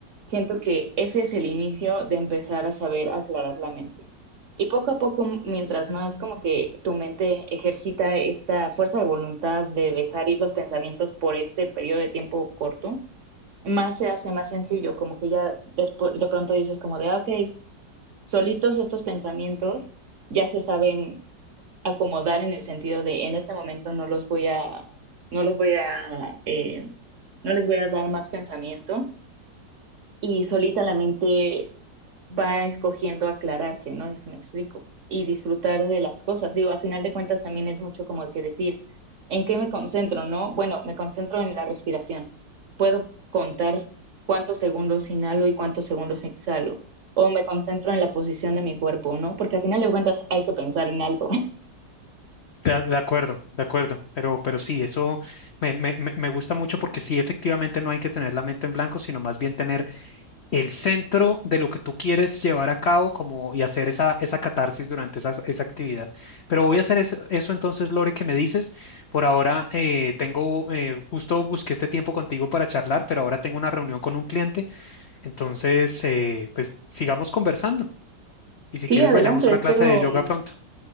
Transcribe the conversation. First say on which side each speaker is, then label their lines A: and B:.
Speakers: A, on the right; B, on the left.
A: siento que ese es el inicio de empezar a saber aclarar la mente. Y poco a poco, mientras más como que tu mente ejercita esta fuerza de voluntad de dejar ir los pensamientos por este periodo de tiempo corto, más se hace más sencillo, como que ya despu- de pronto dices como de, ah, ok, solitos estos pensamientos ya se saben acomodar en el sentido de en este momento no los voy a, no les voy a, eh, no les voy a dar más pensamiento y solita la mente va escogiendo aclararse, ¿no? es me explico. Y disfrutar de las cosas. Digo, a final de cuentas también es mucho como que decir, ¿en qué me concentro, no? Bueno, me concentro en la respiración. Puedo contar cuántos segundos inhalo y cuántos segundos exhalo. O me concentro en la posición de mi cuerpo, ¿no? Porque a final de cuentas hay que pensar en algo.
B: De, de acuerdo, de acuerdo. Pero, pero sí, eso me, me, me me gusta mucho porque sí, efectivamente no hay que tener la mente en blanco, sino más bien tener el centro de lo que tú quieres llevar a cabo como, y hacer esa, esa catarsis durante esa, esa actividad. Pero voy a hacer eso, eso entonces, Lore, que me dices. Por ahora eh, tengo, eh, justo busqué este tiempo contigo para charlar, pero ahora tengo una reunión con un cliente. Entonces, eh, pues sigamos conversando. Y si
A: Sí,
B: quieres,
A: adelante,
B: vayamos a una
A: espero,
B: clase de yoga
A: mm,
B: pronto.